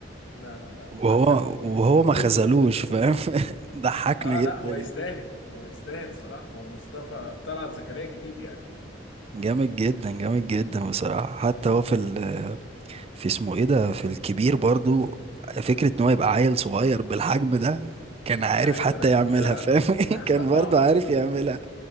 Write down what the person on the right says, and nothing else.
وهو
وهو ما
خذلوش
فاهم <laughs> ضحكنا
جدا
يعني
جامد جدا جامد جدا بصراحة حتى هو في ال... في اسمه ايه ده في الكبير برضو فكرة ان هو يبقى عيل صغير بالحجم ده كان عارف
حتى يعملها
فاهم
<laughs> كان برضو عارف يعملها